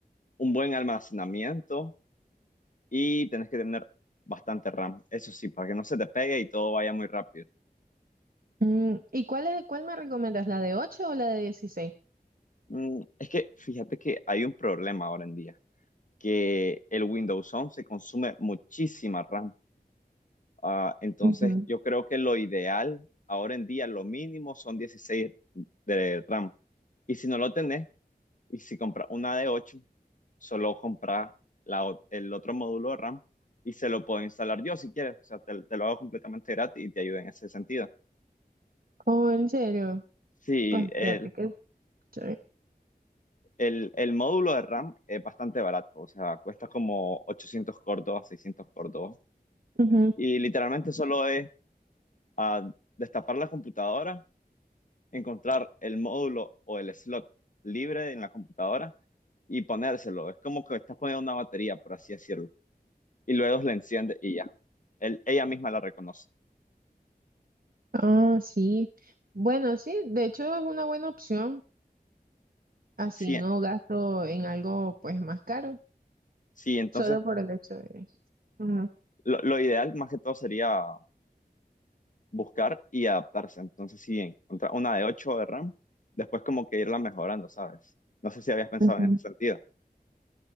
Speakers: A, on the left (about 55°); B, on the right (about 65°).
A: un buen almacenamiento y tenés que tener bastante RAM. Eso sí, para que no se te pegue y todo vaya muy rápido.
B: Mm, ¿y cuál es, cuál me recomiendas, la de 8 o la de dieciséis
A: Mm, es que fíjate que hay un problema ahora en día, que el Windows 11 consume muchísima RAM. Ah, entonces
B: Ujú.
A: yo creo que lo ideal ahora en día, lo mínimo son 16 de RAM. Y si no lo tenés, y si compras una de 8 solo compras la o- el otro módulo de RAM y se lo puedo instalar yo si quieres. O sea, te, te lo hago completamente gratis y te ayuda en ese sentido.
B: Oh, en serio.
A: Sí,
B: Pues
A: el,
B: fíjate que chévere.
A: el, el módulo de RAM es bastante barato. O sea, cuesta como 800 córdobas, 600 córdobas.
B: Ujú.
A: Y literalmente solo es ah, destapar la computadora, encontrar el módulo o el slot libre en la computadora y ponérselo. Es como que estás poniendo una batería, por así decirlo. Y luego la enciende y ya. Él- ella misma la reconoce.
B: Ah, sí. Bueno, sí, de hecho es una buena opción. Así
A: Sí,
B: no gasto en algo pues más caro,
A: Sí, entonces
B: solo por el hecho de... Ujú.
A: lo, lo ideal más que todo sería buscar y adaptarse. Entonces, si encontrar una de 8 de RAM, después como que irla mejorando, ¿sabes? No sé si habías pensado
B: Ujú.
A: en ese sentido.